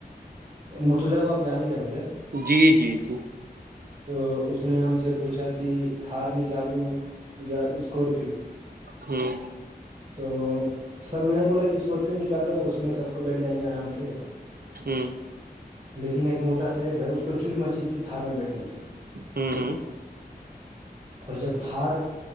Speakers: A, on the right; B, on the right.
A: مرتوجہ کو آپ جانی ہی رہیں ہوں گے
B: جی جی جی
A: تو اس نے ہم سے پوچھا کہ تھار نکالوں یا اسکورپیو
B: ہوں
A: تو سب میں نے بولا کہ اسکارپیو نکال لو اس میں سب کو بیٹھ جائیں گے آرام سے
B: ہوں
A: لیکن ایک موٹا سیف ہے اس کو چول مچی تھی تھار میں بیٹھنے کی
B: ہ ہ
A: اور جب تھار